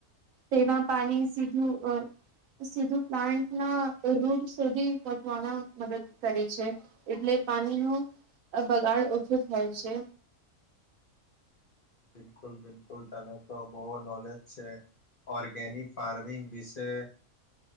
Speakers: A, on the right; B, on the left.
A: તેમાં પાણી સીધું સીધું પ્લાન્ટ ના રૂટ સુધી પહોંચવાના મદદ કરે છે. એટલે પાણી નું બગાડ ઓછો થાય છે.
B: બિલકુલ બિલકુલ તને તો બહુ નોલેજ છે. ઓર્ગેનિક ફાર્મિંગ વિશે